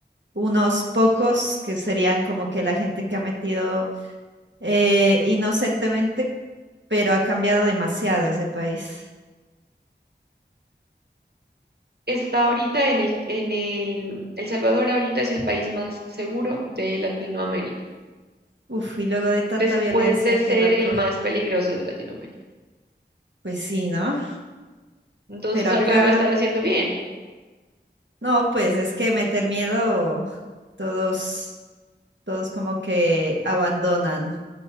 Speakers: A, on the right; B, on the right.
A: unos pocos que serían como que la gente que ha metido eh, inocentemente, pero ha cambiado demasiado ese país.
B: está ahorita en el, en el, El Salvador ahorita es el país más seguro de Latinoamérica,
A: Uf, y luego de tanta
B: después
A: violencia,
B: de ser
A: qué loco.
B: el más peligroso de Latinoamérica.
A: Pues sí, ¿no?
B: Entonces
A: Pero acá,
B: algo debe estar haciendo bien.
A: no, pues es que meter miedo, todos todos como que abandonan